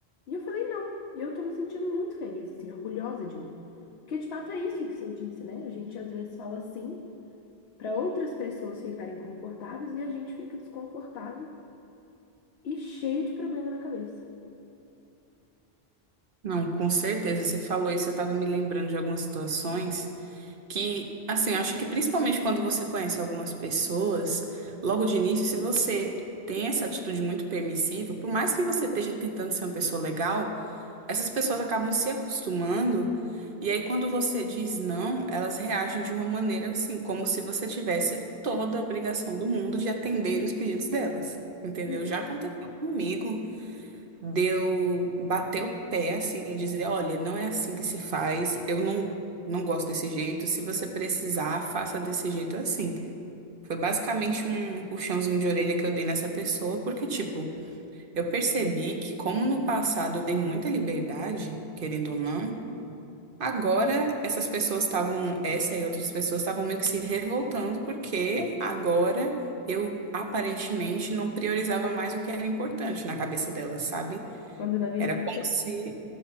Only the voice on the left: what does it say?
E eu falei, não. E eu tô me sentindo muito feliz, assim, orgulhosa de mim. Porque de fato é isso que você disse, né? A gente às vezes fala sim para outras pessoas ficarem confortáveis e a gente fica desconfortável e cheio de problema na cabeça.
Exato.
Quando na verdade
você.